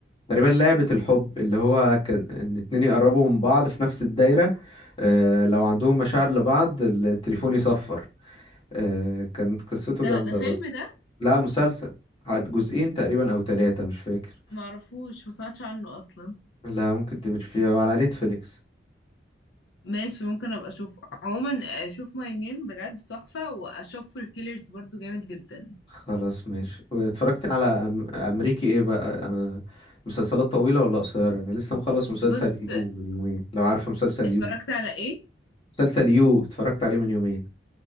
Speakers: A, on the left; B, on the left.
A: تقريبا لعبة الحب اللي هو كان ان اتنين يقربوا من بعض في نفس الدايرة آه، لو عندهم مشاعر لبعض التليفون يصفر آه، كانت قصته
B: ده
A: جامدة
B: ده فيلم
A: برضه
B: ده
A: لا مسلسل عاد جزئين تقريبا او ثلاثة مش فاكر
B: معرفوش ما سمعتش عنه اصلا
A: لا ممكن تبقى فيه على نتفليكس
B: ماشي ممكن ابقى اشوفه عموما اشوف ماي نيم بجد تحفة واشوف فور كيلرز برضو جامد جدا
A: خلاص ماشي واتفرجت على أم... امريكي ايه بقى انا مسلسلات طويلة ولا قصيرة انا لسه مخلص مسلسل
B: بص
A: يو من يومين لو عارف مسلسل
B: اتفرجت
A: يو
B: على ايه
A: مسلسل يو اتفرجت عليه من يومين